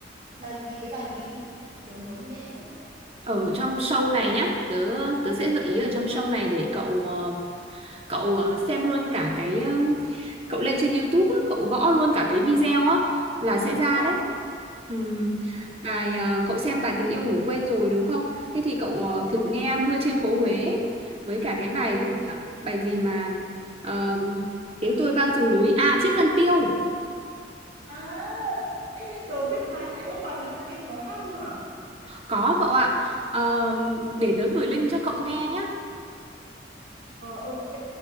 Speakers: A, on the right; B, on the right.
A: Bài gì với bài gì? Tớ muốn nghe quá.
B: ở trong show này nhá tớ tớ sẽ gợi ý ở trong show này để cậu ờ, cậu ờ, xem luôn cả cái ờ, cậu lên trên YouTube á, cậu gõ luôn cả cái video á là sẽ ra
A: Ờ,
B: đấy Ừm, bài
A: em
B: ờ, cậu xem bài tình yêu ngủ quên rồi đúng không thế thì cậu
A: có
B: ờ,
A: thể
B: thử nghe mưa trên phố Huế ấy, với cả cái bài
A: ừ.
B: gì nhỉ? bài gì mà ờ, tiếng tôi vang rừng núi à chiếc khăn tiêu
A: À, ê, tớ biết bài này. Ô, bài này các anh có hát luôn à?
B: Có cậu ạ. Ờ, để tớ gửi link cho cậu nghe nhé.
A: Ờ, ok.